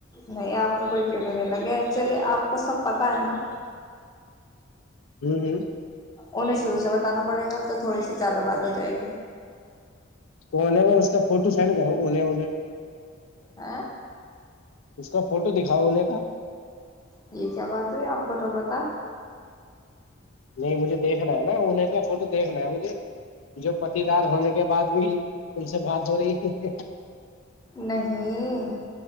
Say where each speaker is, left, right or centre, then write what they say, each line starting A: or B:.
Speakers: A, on the left (about 20°); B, on the left (about 80°).
A: نہیں آپ نے کوئی پیڑے نہیں لگے ایکچولی آپ وہ سب پتا ہے نا
B: ہوں ہوں
A: انہیں شروع سے بتانا پڑے گا تو تھوڑی سی زیادہ بات ہو جائے گی
B: تویں وہ اس کا فوٹو سینڈ کرو انیں انہیں
A: ہ
B: اس کا فوٹو دکھاؤ ہونے کا
A: یہ کیا بات ہوئی آپ کو تو پتا
B: نہیں مجھے دیکھنا ہے نا انہیں کا فوٹو دیکھنا ہے مجھے جو پتی دار ہونے کے بعد بھی ان سے بات ہو رہی ہے
A: نہیں